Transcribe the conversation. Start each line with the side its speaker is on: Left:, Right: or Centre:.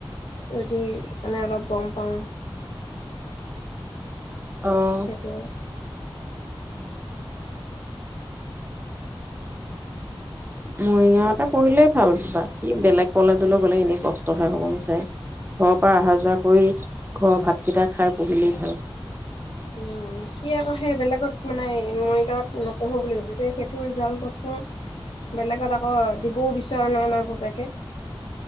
Left: যদি মানে অলপ গম পাওঁ
Right: অ',
Left: সেইতো
Right: মৰিগাঁৱতে পঢ়িলেই ভাল বাকী বেলেগ কলেজলৈ গ'লে এনে কষ্টহে হ'ব মিছায়ে। ঘৰৰ পৰা অহা যোৱা কৰি, ঘৰৰ ভাতকেইটা খাই পঢ়িলেই ভাল
Left: উম সি আকৌ সেই বেলেগত মানে মৰিগাঁৱত নপঢ়োঁ বুলি কৈছো দেই। সেইটো ৰিজাল্টতনো বেলেগত আকৌ দিবও বিচৰা নাই মাক বাপেকে।